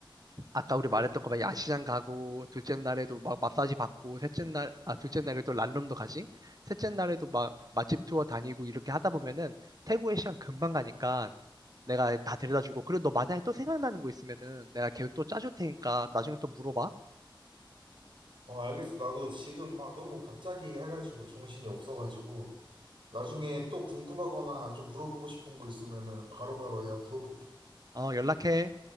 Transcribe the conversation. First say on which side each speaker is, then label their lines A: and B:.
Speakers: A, on the right; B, on the right.
A: 아까 우리 말했던 거막 야시장 가고, 둘째 날에도 막 마사지 받고, 셋째 날, 아, 둘째 날에도 란룸도 가지? 셋째 날에도 막 맛집 투어 다니고 이렇게 하다 보면은 태국의 시간 금방 가니까 내가 다 데려다 주고, 그리고 너 만약에 또 생각나는 거 있으면은 내가 계획 또 짜줄 테니까 나중에 또 물어봐.
B: 어, 알겠어. 나도 지금 막 너무 갑자기 해가지고 정신이 없어가지고. 나중에 또 궁금하거나 좀 물어보고 싶은 거 있으면은 바로바로 내가 물어볼게.
A: 어, 연락해.